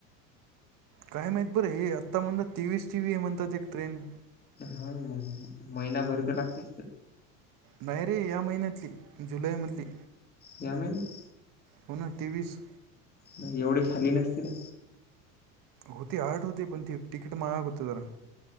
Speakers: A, on the right; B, on the left.
A: काय माहीत बरं हे आत्ता म्हण, तेवीसची बी हाय हे म्हणतात एक ट्रेन.
B: हा ना मग महिना भर तर लागते.
A: नाहीयरीे या महिन्यातली जुलैमधली.
B: या महिन्यात?
A: पुन तेवीस
B: नाही एवढे खाली नसतील ना.
A: होती आठ होती पण ते तिकीट महाग होत जरा.